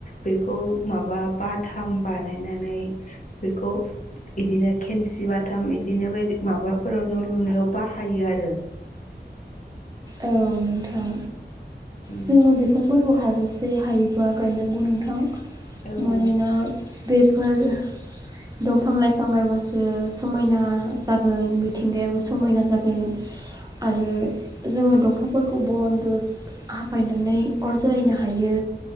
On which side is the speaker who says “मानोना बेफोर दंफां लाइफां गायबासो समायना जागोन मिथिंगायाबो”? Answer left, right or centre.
Right